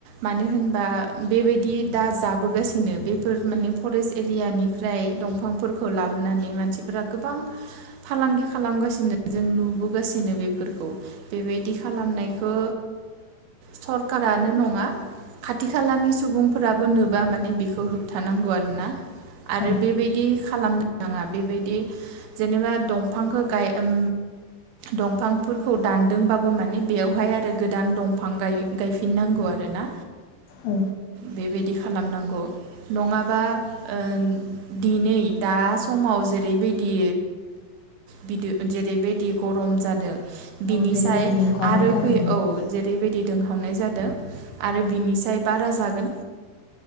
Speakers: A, on the right; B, on the left.
A: मानो होनबा बेबायदि दा जाबोगासिनो बेफोर माने फरेस्ट एरियानिफ्राय दंफांफोरखौ लाबोनानै मानसिफोरा गोबां फालांगि खालामगासिनो। जोंलु नुबोगासिनो बे खौ बेबायदि खालामनाय बेखौ सरखारानो नङा खाथि खालानि सुबुंफोराबो नु बा माने बेखौ होबथानांगौ आर ना आरो
B: औ
A: बेबायदि खालामनो आंङा बेबायदि जेनेबा दंफांखौ गाय ओम दफां फोरखौ दानदोंबाबो माने बेवहाय आरो गोदान दंफां गायो। गायफिननांगौ आरोना
B: औ
A: बेबायदि खालामनांगौ नङाबा ओ दिनै दा समाव जेरैबायदि बि जेरैबायदि गरम जादों बिनिसाय
B: औ जेरैबायदि दुंखावनाय
A: आरो
B: जादों
A: फै औ जेरैबायदि दुंहावनाय जादों आरो
B: उम
A: बिनिसाय बारा जा गोन।